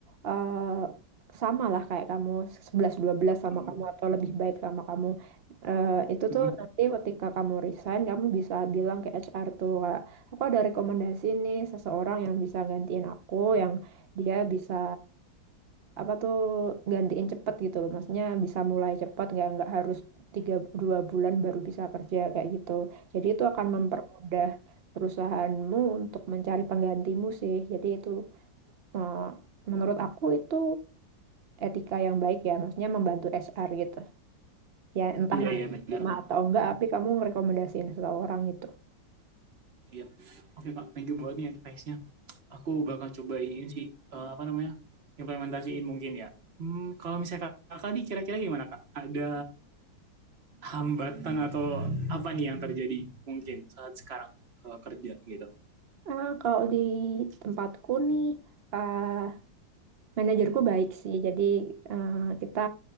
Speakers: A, on the right; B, on the right.
A: eh, sama lah kayak kamu sebelas dua belas sama
B: Hmm.
A: kamu atau lebih baik sama kamu. eh, itu
B: Hmm.
A: tuh nanti ketika kamu resign kamu bisa bilang ke HR tuh kayak aku ada rekomendasi nih seseorang yang bisa gantiin aku yang dia bisa apa tuh gantiin cepet gitu loh maksudnya bisa mulai cepet nggak nggak harus tiga dua bulan baru bisa kerja kayak gitu jadi itu akan mempermudah perusahaanmu untuk mencari penggantimu sih jadi itu eh, menurut aku itu etika yang baik ya maksudnya membantu HR gitu ya entah
B: Iya
A: nanti
B: iya benar
A: terima
B: kak.
A: atau enggak tapi kamu ngerekomendasiin seseorang gitu
B: Iya. Oke kak, thank you banget nih advice-nya. aku bakal coba ini sih eh, apa namanya implementasiin mungkin ya. Hmm, kalau misalnya kakak nih kira-kira gimana kak? Ada hambatan atau apa nih yang terjadi mungkin saat sekarang kalau kerja gitu?
A: Ah, kalau di tempatku nih ah Manajerku baik sih, jadi eh, kita